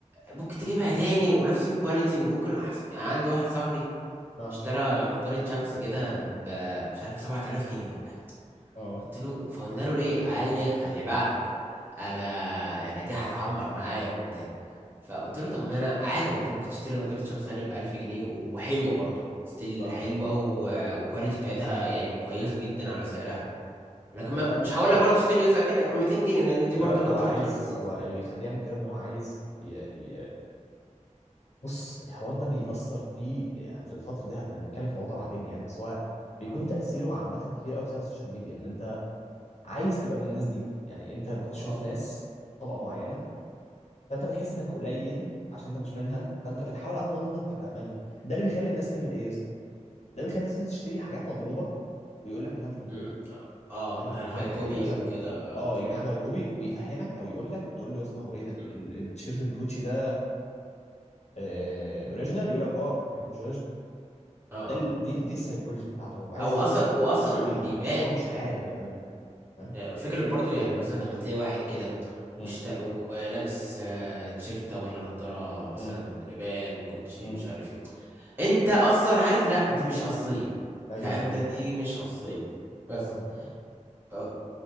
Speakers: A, on the right; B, on the left.
A: ممكن تجيبها تاني ونفس الكواليتي وممكن احسن يعني عندي واحد صاحبي
B: اه
A: اشترى نضارة شمس كده ب مش عارف 7000 جنيه ولا حاجة
B: اه
A: قلت له فقلنا له ليه قال لي خلي بالك انا يعني دي هتعمر معايا وبتاع فقلت له طب ما انا عادي ما انت ممكن تشتري نضارة شمس تانية ب 1000 جنيه وحلوة برضه ستيل
B: فاهمك
A: حلوة
B: اه
A: و... والكواليتي بتاعتها يعني كويسة جدا على سعرها لكن ما...
B: لا
A: مش
B: بس
A: هقول
B: هو
A: لك برضه تشتري ساكن 200 جنيه لان دي برضه
B: خلي بالك
A: نضارة
B: هو عايز
A: شمس في الاول
B: هو
A: وفي
B: اللي بيخليه يعمل كده ان هو عايز ي... ي... بص الحوار ده بيأثر فيه يعني في الفترة دي هبقى نتكلم في موضوع بعدين يعني بس هو بيكون تأثيره عامة كبير قوي بسبب السوشيال ميديا ان انت عايز تبقى من الناس دي يعني انت بتشوف
A: الاخر
B: ناس طبقة معينة فانت بتحس انك قليل عشان انت مش منها فانت بتحاول على قد ما تقدر انك تبقى منهم ده اللي بيخلي الناس تعمل ايه يا اسطى ده بيخلي الناس مثلاً تشتري حاجات مضروبة ويقول لك انها مش مضروبه
A: مم. اه
B: فاهم
A: لا
B: الفكره
A: الهاي
B: يعني
A: كوبي
B: مثلا
A: وكده
B: اه
A: بتاع
B: يجيب حاجه هاي كوبي ويفهمك او يقول لك تقول له يا اسطى هو ايه ده
A: مم.
B: ال- التيشيرت الجوتشي ده آه اوريجينال يقول لك اه يعني مش اوريجينال
A: اه
B: ده
A: اه
B: ال- دي ال- دي السايكولوجي بتاعته هو عايز
A: او
B: يفت
A: اصلا واصلا
B: عايز يامنهم
A: بيبان
B: بس هو مش عارف
A: يعني
B: يامنهم فاهم
A: يعني فكرة برضو يعني مثلا لما تلاقي واحد كده
B: امم
A: وشت... ولابس آه، تيشيرتة ولا نضارة مثلا
B: امم
A: ريبان كوتشي
B: امم
A: مش عارف ايه انت اصلا عارف لا دي مش اصلية
B: ايوه
A: لا انت
B: ايوه
A: دي مش اصلية بس
B: فاهمك اه
A: آه،